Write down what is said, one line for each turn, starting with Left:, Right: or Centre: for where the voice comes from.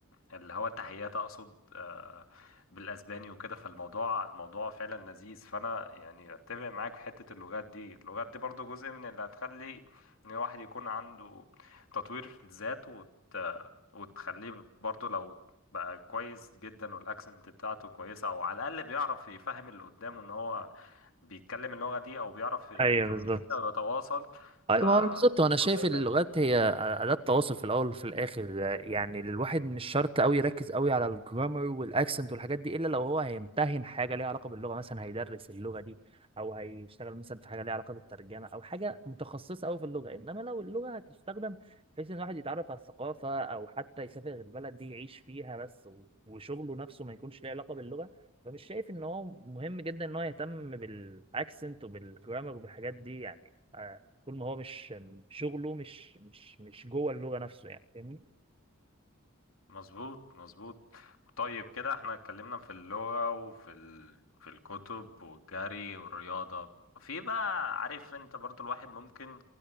Left: اللي هو التحيات اقصد آه، بالاسباني وكده فالموضوع الموضوع فعلا لذيذ فانا يعني اتفق معاك في حته اللغات دي اللغات دي برضو جزء من اللي هتخلي ان الواحد يكون عنده تطوير في الذات وت... وتخليه برضو لو بقى كويس جدا والاكسنت بتاعته كويسه او على الاقل بيعرف يفهم اللي قدامه ان هو بيتكلم اللغه دي او بيعرف يكومينيكيت
Right: ايوه بالظبط
Left: او يتواصل
Right: ايوه
Left: فالموضوع
Right: ما هو بالظبط وانا شايف
Left: هيفرق
Right: اللغات هي اداه تواصل في الاول وفي الاخر يعني الواحد مش شرط قوي يركز قوي على الجرامر والاكسنت والحاجات دي الا لو هو هيمتهن حاجه ليها علاقه باللغه مثلا هيدرس اللغه دي او هيشتغل مثلا في حاجه ليها علاقه بالترجمه او حاجه متخصصه قوي في اللغه انما لو اللغه هتستخدم بحيث ان الواحد يتعرف على الثقافه او حتى يسافر البلد دي يعيش فيها بس و- وشغله نفسه ما يكونش ليه علاقه باللغه فمش شايف ان هو مهم جدا ان هو يهتم بالاكسنت وبالجرامر وبالحاجات دي يعني آه، طول ما هو مش شغله مش مش مش جوه اللغة نفسه يعني فاهمني
Left: مظبوط مظبوط طيب كده احنا اتكلمنا في اللغة وفي ال... في الكتب والجري والرياضة في بقى عارف انت برضو الواحد ممكن